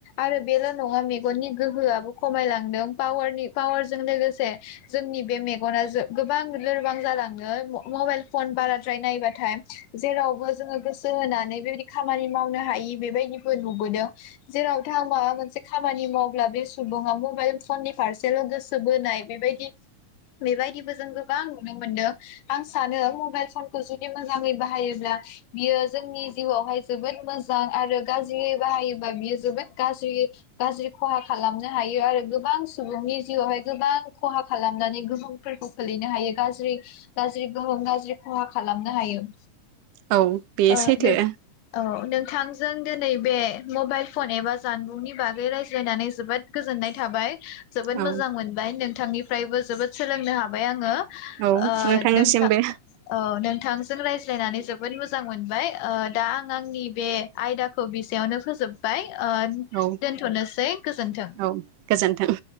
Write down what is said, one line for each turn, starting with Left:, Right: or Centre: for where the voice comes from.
Left: आरो बेल' नङा मेगननि गोहोआबो खमायलांदों पावारनि पावारजों लोगोसे जोंनि बे मेगना गोबां लोरबां जालांदों मबाइल फन बाराद्राय नायबाथाय जेरावबो जोङो गोसो होनानै बेबायदि खामानि मावनो हायि बेबायदिबो नुबोदों जेरावथां माबा मोनसे खामानि मावब्ला बे सुबुङा मबाइल फननि फारसेल' गोसो बोनाय बेबायदि बेबायदिबो जों गोबां नुनो मोनदों। आं सानो मबाइल फनखौ जुदि मोजाङै बाहायोब्ला बियो जोंनि जिउआवहाय जोबोद मोजां आरो गाज्रियै बाहायोबा बियो जोबोद गाज्रि खहा खालामो। हायो आरो गोबां सुबुंनि जिउआवहाय गोबां खहा खालामनानै गोहोमफोरखौ खोलैनो हायो। गाज्रि गाज्रि गोहोम गाज्रि खहा खालामनो हायो।
Right: औ बे
Left: ओ
Right: सैथो
Left: नों औ नोंथांजों दिनै बे मबाइल फन एबा जानबुंनि बागै रायज्लायनानै जोबोद गोजोननाय थाबाय जोबोद
Right: औ
Left: मोजां मोनबाय नोंथांनि फ्रायबो जोबोद सोलोंनो हाबाय आङो।
Right: औ
Left: ओ
Right: नोंथांनिसिमबो
Left: नोंथां ओ नोंथांजों रायज ज्लायनानै जोबोद मोजां मोनबाय दा आं आंनि बे आयदाखौ बिसेयावनो फोजोबबाय। ओ
Right: औ
Left: दोनथ'नोसै गोजोन्थों
Right: औ गोजोन्थों।